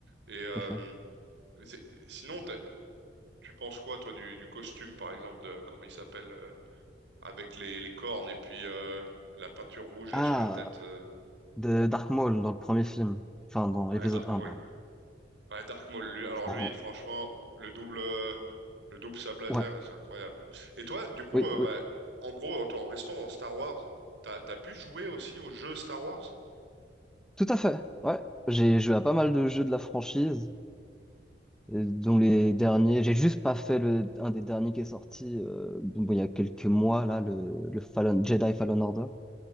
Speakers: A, on the right; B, in the centre.
A: Et euh,
B: Tout à fait.
A: c'est- sinon t'as- tu penses quoi toi du, du costume par exemple de comment il s'appelle euh, avec les, les cornes et puis euh, la peinture rouge
B: Ah,
A: là sur la tête. euh.
B: de Dark Maul dans le premier film. Enfin, dans
A: Ouais,
B: l'épisode
A: Dark
B: un,
A: Maul.
B: pardon.
A: Ouais, Dark Maul. Lui, alors
B: Oh,
A: lui, franchement, le double, euh, le double sabre laser,
B: ouais.
A: c'est incroyable. Et toi, du coup,
B: Oui,
A: euh,
B: oui.
A: bah, en gros, toi, en restant en Star Wars, t'as, t'as pu jouer aussi aux jeux Star Wars?
B: Tout à fait. Ouais. J'ai joué à pas mal de jeux de la franchise. euh, dont les derniers, j'ai juste pas fait le, un des derniers qui est sorti euh, bon, il y a quelques mois, là, le, le Fallen, Jedi Fallen Order.